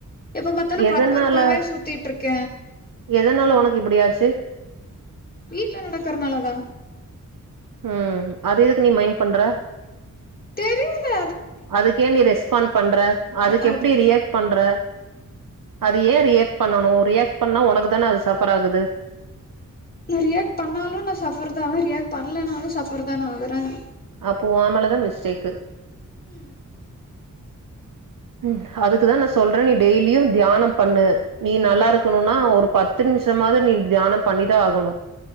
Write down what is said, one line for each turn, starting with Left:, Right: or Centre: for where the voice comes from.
Left: எப்ப பாத்தாலு
Right: எதனால
Left: பரபரப்பாவே சுத்தீட்ருக்க
Right: எதனால ஒனக்கு இப்படியாச்சு
Left: வீட்டல நடக்கறனால தா
Right: உம் அது எதுக்கு நீ மைண்ட் பண்ற
Left: தெரியில்ல
Right: அதுக்கு ய நீ ரெஸ்பாண்ட் பண்ற அதுக்கு
Left: அது
Right: எப்டி ரியாக் பண்ற அது யே ரியாக் பண்ணும் ரியாக் பண்ணா ஒனக்கு தான அது சஃபர் ஆகுது
Left: நா ரியாக்ட் பண்ணாலு நா சஃபர் தா ஆவ ரியாக்ட் பண்லனாலு சஃபர தான ஆகறேன்
Right: அப்போ ஓமேலதா மிஸ்டேக்கு
Left: ம்
Right: ம் அதுக்குதான் நா நீ டெய்லியு தியானம் பண்ணு நீ நல்லாருக் கூனுனா ஒரு பத்து நிமிஷமாது நீ தியானோ பண்ணிதா ஆகணும்